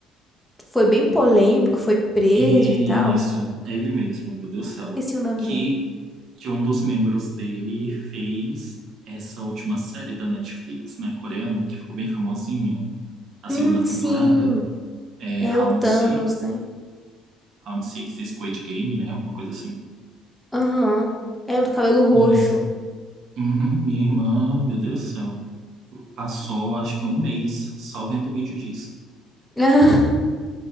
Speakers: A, in the centre; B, on the right.
A: que foi bem polêmico, foi preso
B: Isso,
A: e tal.
B: é ele mesmo, meu Deus do céu.
A: Esqueci o nome
B: Que,
A: dele.
B: que um dos membros dele fez essa última série da Netflix, né, coreana, que ficou bem famosinha, a segunda
A: Hum,
B: temporada.
A: sim.
B: é,
A: É
B: Round
A: o Thanos,
B: Six,
A: né?
B: Round Six, Squid Game, né? Alguma coisa assim.
A: Aham. É o do cabelo roxo.
B: Isso. Uhum, minha irmã, meu Deus do céu, passou acho que um mês só vendo vídeo disso.
A: <laughs>